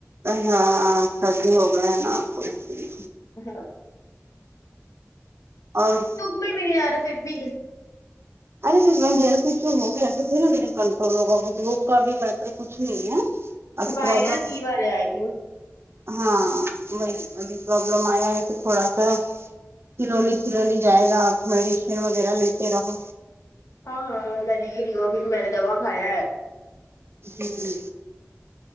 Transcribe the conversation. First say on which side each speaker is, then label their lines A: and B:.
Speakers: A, on the right; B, on the left.
A: ہاں سردی ہو گئے ہے نا آپ کو لیے
B: ہاں
A: اور
B: کوئی بھی نہیں جا رہا پھر بھی
A: ارے سر میں جیل سے ہوگسے دھیرے دھیرے کنٹرول ہوگا وہ دھوپ کا بھی بہتر کچھ نہیں ہے اب
B: وائرل
A: پربلم
B: فیور ہے آئی تھنک
A: ہاں وہ ابھی پربلم آیا ہے تو تھوڑا سا سلولی سلولی جائے گا آپ میڈیسن وغیرہ لیتے رہو
B: ہاں ملریو پھر میں نے دووا کھایا ہے
A: جی جی